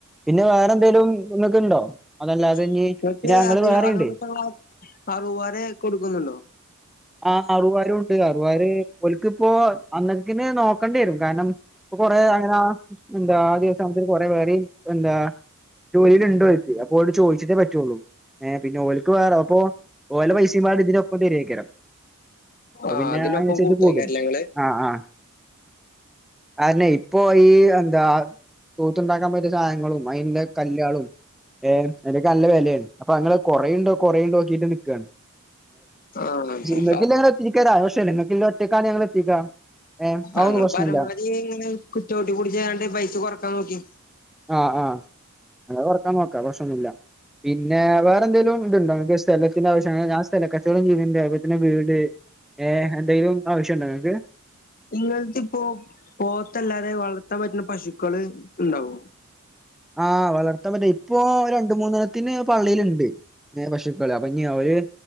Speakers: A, in the centre; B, on the left.
A: പിന്നെ വേറെന്തേലും ഇങ്ങക്ക് ഇണ്ടോ.
B: <unintelligible>
A: അതല്ലാതെ ഇനി
B: <unintelligible>
A: പിന്നെ ഞങ്ങള് വേറെയുണ്ട്.
B: അതോടൊത്തുള്ളെ അറു വരെ കൊടുക്കുന്നുണ്ടോ.
A: ആഹ്. അറുവാരും ഉണ്ട്. അറുവാര് ഓൽക്ക് ഇപ്പോ അന്നെക്ക്ക്കിന് നോക്കണ്ട്യേരും. കാരണം ഇപ്പോ കൊറേ അങ്ങന എന്താ ദിവസാകുമ്പത്തേന് കൊറേ വേറിം എന്താ തൊഴില് ഇണ്ടോൽക്ക്. അപ്പോ ഓലോട് ചോയ്ച്ചിട്ടേ പറ്റൊള്ളൂ. ഏഹ് പിന്ന ഓല് ക്ക് വേറെ. അപ്പോ ഓലെ പൈസിം പാടെ ഇതിനൊപ്പം തര്വായ്ക്കാരം. അപ്പൊ
B: ആഹ്
A: പിന്നെ
B: അതിനൊപ്പം
A: അയ്നൻസരിച്ച്
B: കൂട്ടേക്കാരല്ലേ
A: കൂടും.
B: ഇങ്ങള്
A: ആഹ് ആഹ്. കാര് ണെ. ഇപ്പൊ ഈ എന്താ കൂത്തുണ്ടാക്കാൻ പറ്റിയ സാനങ്ങളും അയ്ന്ല്ലെ കല്ലേളും. ഏഹ്. അയ്നൊക്കെ നല്ല വെലേണ്. അപ്പൊ അങ്ങള് കൊറയിണ്ടോ കൊറയിണ്ടോ നോക്കിട്ട് നിക്കാണ്.
B: ആഹ്. അതെ.
A: ഇങ്ങക്ക് ഇന്നെ എത്തിക്കരാവശ്യല്ല. ഇങ്ങക്ക് ഇന്നെ ഒറ്റക്കാ ഞങ്ങള് എത്തിക്കാ ഏഹ് അതൊന്നും
B: അങ്ങള്
A: പ്രശ്നല്ല
B: പരമാവധി ഇങ്ങനെ കുറ്റ്യോ ചൗട്ടി പൊട്ടിച്ച് കാണ്ട് പൈസ കൊറക്കാൻ നോക്കി.
A: ആഹ്. ആഹ്. അങ്ങനെ കൊറക്കാൻ നോക്കാം. പ്രെശ്നൊന്നുല്ല. പിന്നെ വേറെ എന്തേലും ഇതുണ്ടോ ഇങ്ങക്ക്. സ്ഥലത്തിന്റെ ആവശ്യം അങ്ങനെ ഞാൻ സ്ഥല കച്ചോടം ചെയ്യ്ണ്ട് അവര് പിന്നെ വീട്. ഏഹ്. എന്തെങ്കിലും ആവശ്യോണ്ടോ ഇങ്ങൾക്ക്.
B: ഇങ്ങൾത് ഇപ്പോ പോത്തല്ലാതെ വളർത്താൻ പറ്റുന്ന പശുക്കള് ഇണ്ടാവ്വൊ.
A: ആഹ്. വളർത്താൻ പറ്റ്ണ. ഇപ്പൊ രണ്ട് മൂന്നണ്ണത്തിന് പള്ളീല്ണ്ട്. ഏഹ് പശുക്കള്. അപ്പൊ ഇഞ്ഞ് അവര്